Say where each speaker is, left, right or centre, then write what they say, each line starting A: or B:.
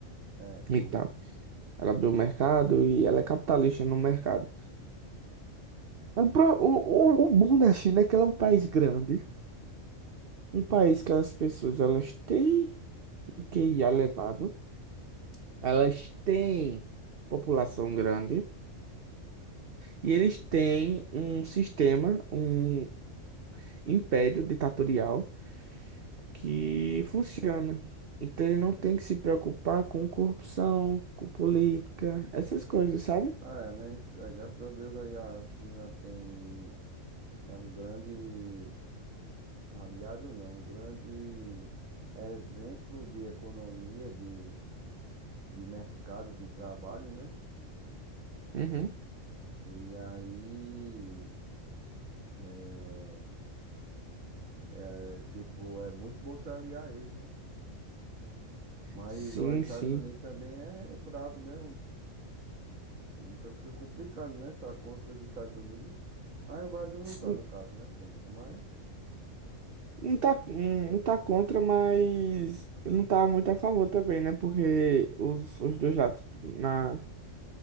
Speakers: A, on the right; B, on the right.
A: É, comunista.
B: E tal. Ela abriu o mercado e ela é capitalista no mercado. O, pro- o, o o bom da China é que ela é um país grande, um país que as pessoas, elas têm um QIA elevado, elas têm população grande e eles têm um sistema, um império ditatorial que funciona. Então ele não tem que se preocupar com corrupção, com política, essas coisas, sabe?
A: Ah, é, né? Inf- aí, Graças a Deus aí a China tem... É um grande aliado, não, um grande exemplo de economia, de, de mercado, de trabalho, né?
B: Uhum.
A: E aí É, é, tipo, é muito bom se aliar a eles, né? Mas
B: Sim,
A: os Estados
B: sim.
A: Unidos também é brabo, né? Um- Então fica complicado, né? Tá contra os Estados Unidos. Mas o Brasil não
B: Sim,
A: tá, no caso, né? Contra, mas
B: Não tá, não tá contra, mas não tá muito a favor também, né? Porque os, os dois lados, na,